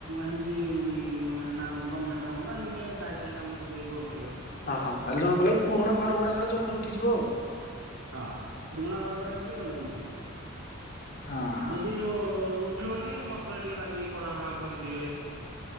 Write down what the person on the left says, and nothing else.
ଅ ହ ତାହେଲେ ଜଣା ପଡିଲାକି ପୁରୁଣା ଘର ଗୁଡାକରେ ଜଲଦି ଉଠିଯିବ ଆଉ।
ହଁ
ହଁ।